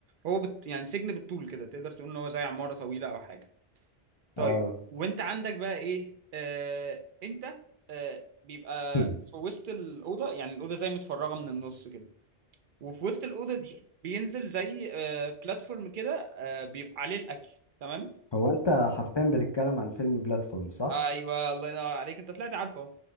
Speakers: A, on the right; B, on the left.
A: هو بت... يعني سجن بالطول كده تقدر تقول ان هو زي عماره طويله او حاجه طيب
B: اه
A: وانت عندك بقى ايه آه... انت آه... بيبقى
B: <clears throat>
A: في وسط الاوضه يعني الاوضه زي متفرغه من النص كده وفي وسط الاوضه دي بينزل زي آه بلاتفورم كده آه بيبقى عليه الاكل تمام
B: هو انت حرفيا بتتكلم عن فيلم بلاتفورم صح
A: ايوه الله ينور عليك انت طلعت عارفه أهو.